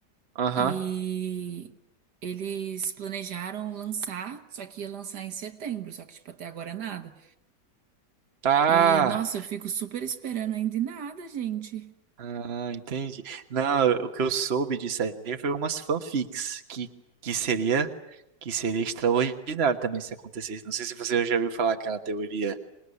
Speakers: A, on the right; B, on the right.
A: Aham.
B: E eles planejaram lançar, só que ia lançar em setembro, só que tipo até agora nada.
A: Ah,
B: E nossa, eu fico super esperando ainda e nada, gente.
A: ah, entendi. Não, o que eu soube disso aí foi umas fanfics que, que seria que seria extraordinário também se acontecesse. Não sei se você já ouviu falar aquela teoria.